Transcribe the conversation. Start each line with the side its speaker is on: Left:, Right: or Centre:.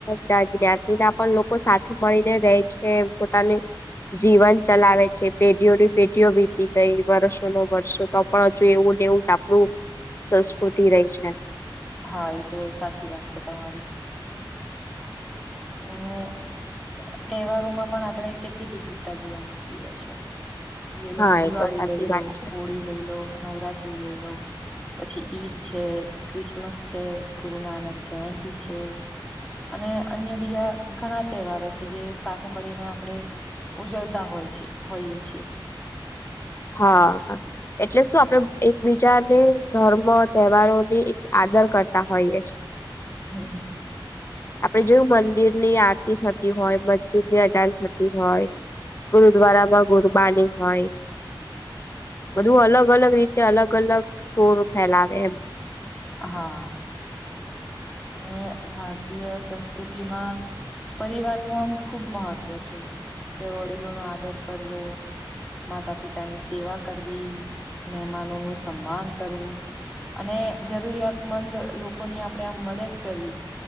Left: જ્ઞાતિના પણ લોકો સાથે મળી રે છે પોતાનું જીવન ચલાવે છે પેઢીઓની પેઢીઓ વીતી ગઈ વર્ષો નો વર્ષો તો પણ હજુ એવું એવું જ આપણું સંસ્કૃતિ રહી છે
Centre: હા એ તો સાચી વાત છે તમારી હમ તહેવારો માં પણ આપણેે કેટલી વિવિધતા જોવા મળતી હોય છે જોઈ
Left: હા
Centre: લો કે દિવાળી
Left: એ તો સાચી
Centre: લઈ લો
Left: વાત છે
Centre: હોળી લઈ લો નવરાત્રી લઈ લો પછી ઈદ છે ક્રિસમસ છે ગુરુ નાનક જયંતિ છે અને અન્ય બીજા ઘણા તહેવારો છે જે સાથે મળીને આપડે ઉજવતા હોય છે હોઈએ છીએ
Left: હા એટલે શું આપણે એકબીજાને ધર્મ તહેવારોની આદર કરતા હોઈએ છેએ
Centre: હમ
Left: આપડે જોયુ મંદિર ની આરતી થતી હોય મસ્જિદ ની અજાન થતી હોય ગુરુદ્વારા માં ગુરબાની હોય બધું અલગ અલગ રીતે અલગ અલગ સોર ફેલાવે એમ
Centre: હા અને ભારતીય સંસ્કૃતિમા પરિવાર નું આમ ખુબ મહત્વ છે કે વડીલો નો આદર કરવો માતા પિતાની સેવા કરવી મહેમાનો નું સન્માન કરવું અને જરૂરિયાતમંદ લોકોની આપણેે આમ મદદ કરવી